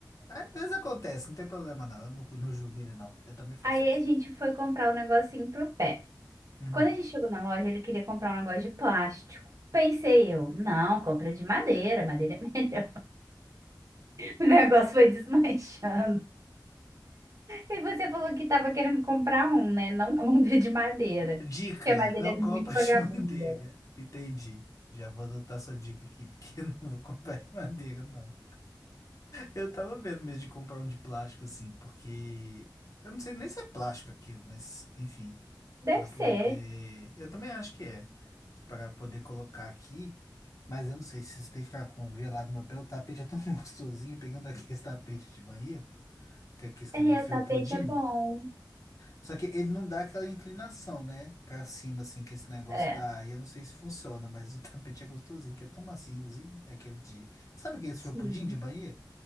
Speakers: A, on the left; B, on the right.
A: É, Às vezes acontece, não tem problema não. Eu não, não julgo ele não. Eu também faço
B: aí
A: isso.
B: a gente foi comprar um negocinho pro pé.
A: Uhum.
B: Quando a gente chegou na loja, ele queria comprar um negócio de plástico. Pensei eu, não, compra de madeira, madeira. <laughs> O negócio foi desmanchando. E você falou que tava querendo comprar um, né? Não <laughs> compre de madeira.
A: Dica,
B: Porque a madeira
A: não compra
B: é muito vagabunda.
A: de <laughs> manteiga. Entendi. Já vou adotar sua dica aqui, porque <laughs> eu não vou comprar de manteiga, não. Eu tava vendo mesmo de comprar um de plástico, assim, porque eu não sei nem se é plástico aquilo, mas enfim,
B: Deve
A: para
B: ser.
A: poder. Eu também acho que é, para poder colocar aqui, mas eu não sei se isso tem que ficar congelado no meu pé. O tapete é tão <laughs> gostosinho. Eu peguei um daqueles tapetes de banheiro, que é aquele que
B: É,
A: é meio felpudinho.
B: o tapete é bom.
A: Só que ele não dá aquela inclinação, né? Pra cima, assim, que esse negócio
B: É.
A: dá. E eu não sei se funciona, mas o <laughs> tapete é gostosinho, que é tão maciozinho, aquele de... Sabe aquele seu
B: Sim.
A: pudim de Bahia?